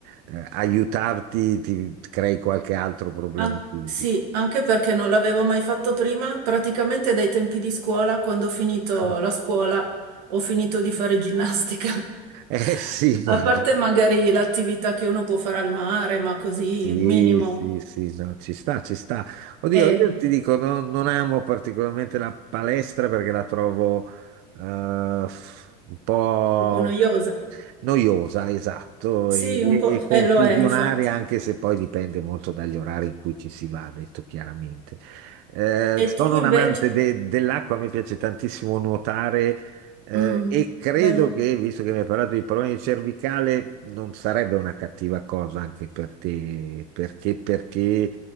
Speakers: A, on the right (about 55°); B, on the right (about 80°).
A: eh, aiutarti ti crei qualche altro problema
B: An-
A: fisico.
B: sì, anche perché non l'avevo mai fatto prima, praticamente dai tempi di scuola, quando ho finito
A: <laughs>
B: la scuola, ho finito di fare ginnastica. <laughs>
A: Eh sì, poi.
B: A parte magari l'attività che uno può fare al mare, ma così,
A: Sì,
B: un minimo,
A: sì, sì, no, ci sta, ci sta. Oddio,
B: è
A: io
B: un
A: ti dico, no- non amo particolarmente la palestra perché la trovo eh, un po'
B: po' noiosa.
A: noiosa, esatto,
B: Sì,
A: e,
B: un po',
A: e- e confusionaria,
B: e lo è infatti.
A: anche se poi dipende molto dagli orari in cui ci si va, detto chiaramente. Eh,
B: E
A: sono
B: tu
A: un
B: invece?
A: amante de- dell'acqua, mi piace tantissimo nuotare. eh,
B: Mm,
A: e credo
B: bello.
A: che, visto che mi hai parlato di problemi cervicale, non sarebbe una cattiva cosa anche per te, perché, perché